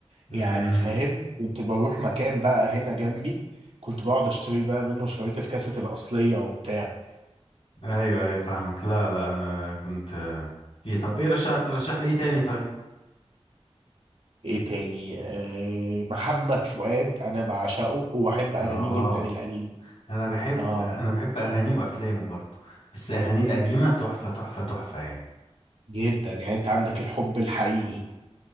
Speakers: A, on the left; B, on the right.
A: امم
B: يعني فاهم كنت بروح مكان بقى هنا جنبي كنت بقعد اشتري بقى منه شرايط الكاسيت الأصلية وبتاع
A: ايوه ايوه فاهمك لا لا انا كنت في طب ايه رشح ترشح لي ايه تاني طيب
B: ايه تاني آه محمد فؤاد انا بعشقه وبحب
A: اه
B: اغانيه جدا القديمة
A: انا بحب
B: اه
A: انا بحب اغانيه وافلامه برضو بس اغانيه القديمة تحفة تحفة تحفة يعني
B: جدا يعني انت عندك الحب الحقيقي